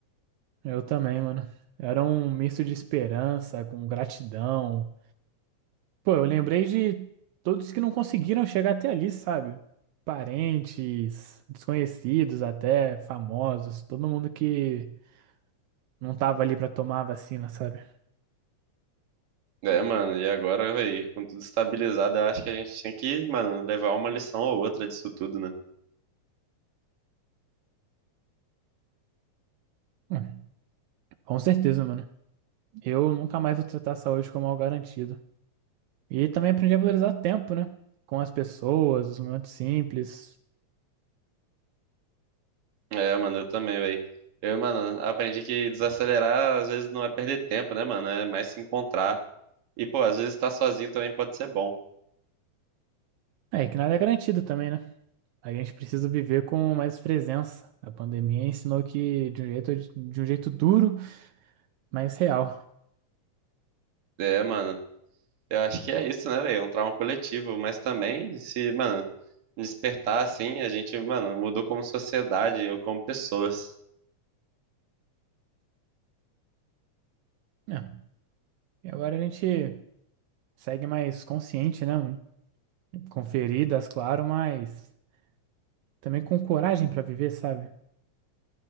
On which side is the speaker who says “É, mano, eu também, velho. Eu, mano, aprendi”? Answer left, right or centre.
Right